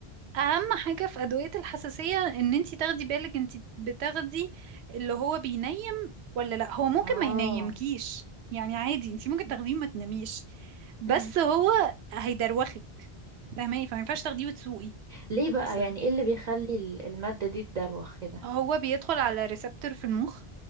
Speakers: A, on the right; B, on the right.
A: اهم حاجة في ادوية الحساسية ان انتي تاخدي بالك انتي بتاخدي اللي هو بينيم ولا لا هو ممكن
B: اه
A: ما ينيمكيش يعني عادي انتي ممكن تاخديه ما تناميش بس
B: مم.
A: هو هيدروخك فاهماني فما ينفعش تاخديه وتسوقي
B: ليه بقى
A: مثلا
B: يعني ايه اللي بيخلي ال- المادة دي تدروخ كده؟
A: هو بيدخل على ريسبتور في المخ